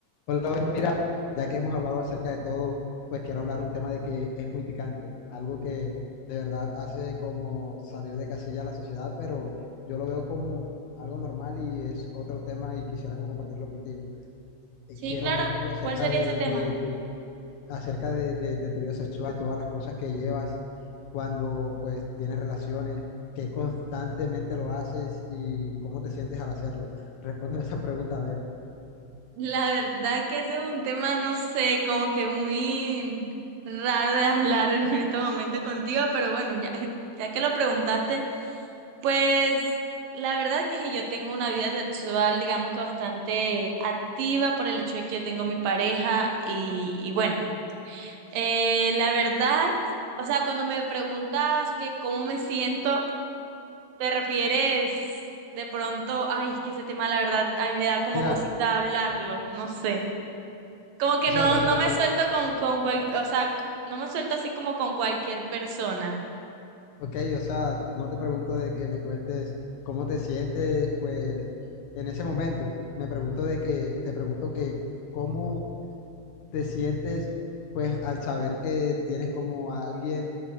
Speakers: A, on the left (about 65°); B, on the right (about 75°).
A: Hola, hoy mira, ya que hemos hablado acerca de todo, pues quiero hablar un tema de que es muy picante, algo que de verdad hace como salir de casilla a la sociedad, pero yo lo veo como algo normal y es otro tema y quisiera como compartirlo contigo. Eh,
B: Sí,
A: quiero
B: claro.
A: hablar contigo acerca
B: ¿Cuál sería
A: de,
B: ese tema?
A: de- de- acerca de, de- de tu vida sexual, de todas las cosas que llevas cuando pues tienes relaciones, que constantemente lo haces y cómo te sientes al hacerlo. Respóndeme esa pregunta, a ver.
B: La verdad que ese es un tema, no sé, como que muy raro de hablar <laughs> en este momento contigo, pero bueno, ya, <laughs> ya que lo preguntaste, pues la verdad que si yo tengo una vida sexual, digamos que bastante activa por el hecho de que yo tengo mi pareja y, y bueno, eh, la verdad, o sea, cuando me preguntas que cómo me siento... ¿Te refieres de pronto? Ay, es que ese tema, la verdad, a mí me da como
A: Mira,
B: cosita hablarlo, no sé. Como que
A: o sea,
B: no,
A: cuando
B: no
A: te
B: me suelto con, con cual, o sea, no me suelto así como con cualquier persona.
A: Ok, o sea, no te pregunto de que me cuentes cómo te sientes, pues, en ese momento. Me pregunto de que, te pregunto que cómo te sientes, pues, al saber que tienes como a alguien,